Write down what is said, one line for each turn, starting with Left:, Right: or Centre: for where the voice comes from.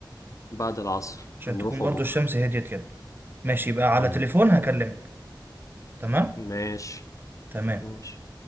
Left: بعد العصر
Right: عشان
Left: هنروحه
Right: تكون برضو
Left: بكرة
Right: الشمس هديت كده ماشي يبقى
Left: مم.
Right: على تليفون هكلمك تمام
Left: ماشي
Right: تمام
Left: ماشي